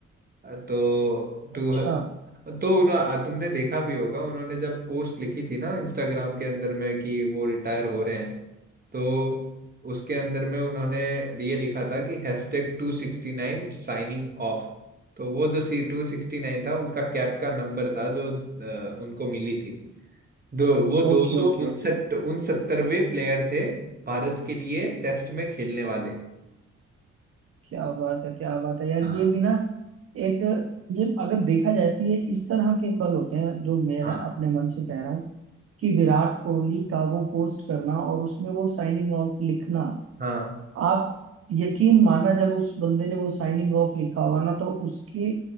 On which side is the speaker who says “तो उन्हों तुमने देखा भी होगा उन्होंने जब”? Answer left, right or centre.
Right